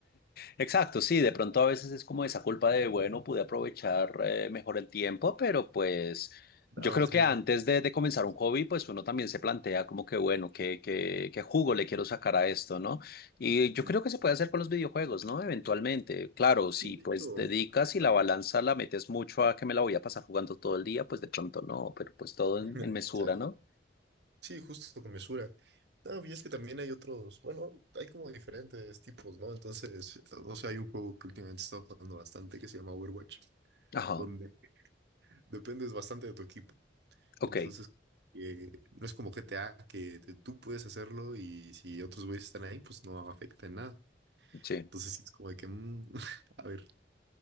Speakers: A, on the left; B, on the right.
A: Exacto, sí, de pronto a veces es como esa culpa de, bueno, pude aprovechar eh, mejor el tiempo, pero pues
B: Nada,
A: yo creo
B: más
A: que
B: que nada
A: antes de, de comenzar
B: pasa.
A: un hobby, pues uno también se plantea como que, bueno, ¿qué, qué, qué jugo le quiero sacar a esto, ¿no? Y yo
B: Eh,
A: creo que se puede hacer con los videojuegos, ¿no? Eventualmente, claro,
B: Sí,
A: si
B: de
A: pues
B: hecho,
A: dedicas
B: hay
A: y
B: varios.
A: la balanza la metes mucho a que me la voy a pasar jugando todo el día, pues de pronto no, pero pues todo en,
B: <laughs>
A: en mesura,
B: Exacto.
A: ¿no?
B: Sí, justo con mesura. No, y es que también hay otros, bueno, hay como diferentes tipos, ¿no? Entonces, o sea, hay un juego que últimamente he estado jugando bastante que se llama Overwatch,
A: Ajá,
B: donde dependes bastante de tu equipo.
A: ok,
B: Entonces, eh, no es como GTA que te- tú puedes hacerlo y si otros güeyes están ahí, pues no afecta en nada.
A: sí,
B: Entonces, sí es como de que, mm, <laughs> a ver,